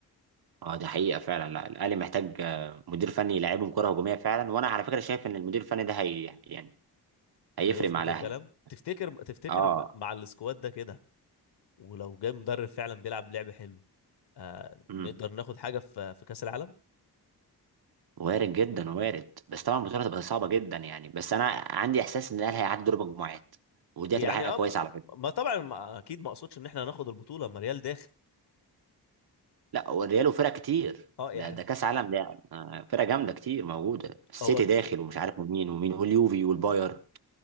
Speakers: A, on the right; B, on the left.
A: اه ده حقيقه فعلا لا الاهلي محتاج آه، مدير فني يلعبهم كره هجوميه فعلا وانا على فكره شايف ان المدير الفني ده هي يعني هيفرق
B: هيظبط
A: مع الاهلي
B: الكلام تفتكر تفتكر
A: اه
B: ب- مع السكواد ده كده ولو جاي مدرب فعلا بيلعب لعب حلو آه
A: مم.
B: نقدر ناخد حاجه في في كاس العالم
A: وارد جدا وارد بس طبعا البطوله هتبقى صعبه جدا يعني بس انا عندي احساس ان الاهلي هيعدي دور مجموعات ودي
B: يعني
A: هتبقى حاجه
B: اه
A: كويسه
B: م-
A: على فكره
B: ما طبعا ما اكيد ما اقصدش ان احنا هناخد البطوله ما ريال داخل
A: لا والريال وفرق كتير
B: اه يعني
A: ده ده كاس عالم ده يعني. آه، فرق جامده كتير موجوده السيتي
B: هو
A: داخل ومش عارف مين ومين واليوفي والباير